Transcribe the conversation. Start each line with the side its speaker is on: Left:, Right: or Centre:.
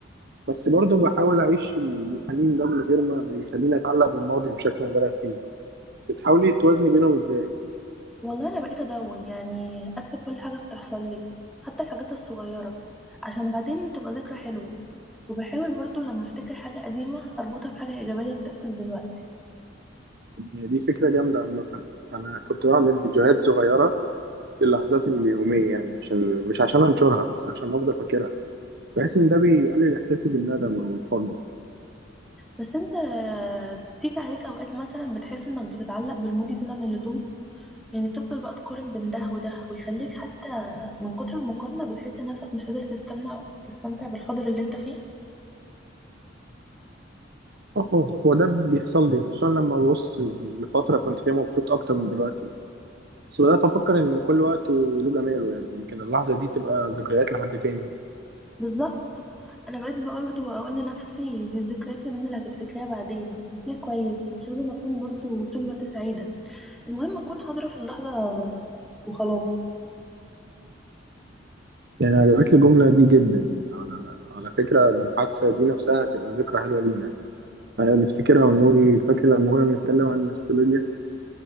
Right: بس برضه بحاول اعيش الحنين ده من غير ما يخليني اتعلق بالماضي بشكل مبالغ فيه بتحاولي توازني بينهم ازاي
Centre: والله أنا بقيت أدون يعني أكتب كل حاجة بتحصل لي حتى الحاجات الصغيرة عشان بعدين تبقى ذكرى حلوة وبحاول برضو لما افتكر حاجة قديمة اربطها بحاجة ايجابية بتحصل دلوقتي
Right: يعني دي فكرة جامدة عامة انا كنت بعمل فيديوهات صغيرة للحظات اليومية يعني عشان مش عشان انشرها بس عشان افضل فاكرها بحس ان ده بيقلل احساسي بالندم او الفقد
Centre: بس انت آه، بتيجي عليك اوقات مثلا بتحس انك بتتعلق بالماضي زيادة عن اللزوم يعني بتفضل بقى تقارن بين ده وده ويخليك حتى من كتر المقارنة بتحس نفسك مش قادر تستمتع تستمتع بالحاضر اللي انت فيه
Right: اه هو ده بيحصل لي خصوصا لما ببص لفترة كنت فيها مبسوط اكتر من دلوقتي بس بدأت أفكر إن كل وقت وله جماله يعني يمكن اللحظة دي تبقى ذكريات لحد تاني
Centre: بالظبط انا بقيت برضو اقول لنفسي دي الذكريات يا منى اللي هتفتكريها بعدين دي كويس مش لازم اكون برضو طول الوقت سعيدة المهم اكون حاضرة في اللحظة وخلاص
Right: يعني عجبتني الجملة دي جدا يعني أنا على فكرة المحادثة دي نفسها تبقى ذكرى حلوة لينا يعني نفتكرها ونقول فاكر لما كنا بنتكلم عن النوستالجيا